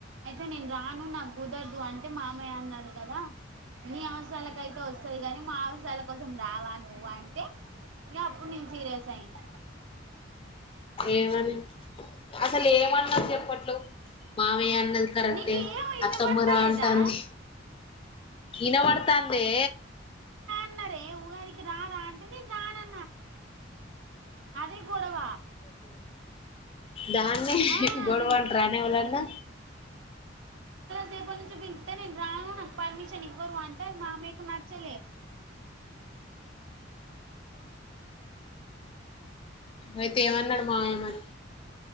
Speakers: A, on the right; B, on the left.
A: అయితే నేను రాను నాకు కుదరదు అంటే మామయ్య అన్నాడు కదా నీ అవసరాలకుయితే వస్తుది కాని మా అవసరాల కోసం రావా నువు అంటే ఇగ అప్పుడు నుంచి సీరియస్ అయింది
B: ఏమని అసలు ఏమన్నారు చెప్పట్లేవు మావయ్య అన్నది కరెక్టే
A: నీకు ఏం వినబడతలేదా
B: అత్తమ్మరా అంటుంది ఇన పడతాందే
A: ఉన్నారే ఉగాదికి రారా అంటే నేను రారాన్న అదే గొడవ
B: దాన్ని
A: ఆ
B: గొడవంట
A: నేను
B: రానే ఏవళన్నా
A: రేప నుంచి పిళ్తే నేను రాను నాకు పర్మిషన్ ఇవ్వరు అంటారు మామేకు నచ్చలే
B: అయితే ఏమన్నాడు మామయ్య మరి